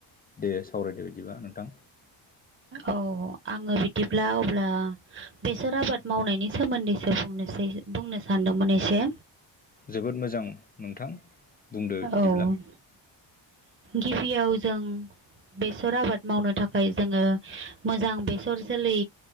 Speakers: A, on the left (about 20°); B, on the right (about 25°).
A: दे सावरायदो बिदिबा नोंथां
B: औ आङो बिदिब्ला अब्ला बेसर आबाद मावनायनि सोमोन्दैसो बुंनोसै बुंनो सानदोंमोन एसे
A: जोबोद मोजां नोंथां बुंदो बिदिब्ला
B: औ गिबियाव जों बेसर आबाद मावनो थाखाय जोङो मोजां बेसर जोलै